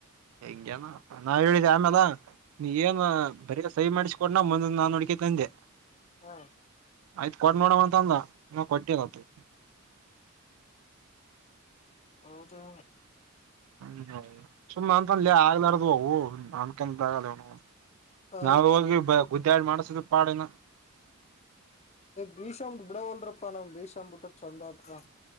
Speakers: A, on the right; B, on the left.
A: ಹೆಂಗೇನಾ ನಾವ್ ಹೇಳಿದ ಆಮೇಾಲ ನೀ ಏನ್
B: ಹ
A: ಬರ ಸಹಿ ಮಾಡಿಸಕೊೊಂಡನಾ ಮುಂದ ನಾ ನುಡಿಕತಂದೆ
B: ಹಾ
A: ಆಯ್ತ್ ಕೊಡ ನೋಡವ ಅಂತ ಅಂದ ಕೊಟ್ಟದತ
B: ಹೌದು
A: ಹ್ಮೌ ಸುಮ್ನೆ ಅಂತ ಅಲ್ಲ ಆಗ್ಲಾರದು ಅವು ನನ್ ಕೆಂತ ಆಗಲ್ಲವ
B: ಹ
A: ನಾವ ಹೋಗಿ ಗುದ್ದ್ಯಾಡಿ ಮಾಡಸುದು ಪಾಡಿನ
B: ಭೀಷ್ ಬಿಡ ಒಳ್ಳರಪ್ಪ ನಾ ಭೀಷ್ ಬಿಟ್ಟ ಚಂದ ಅ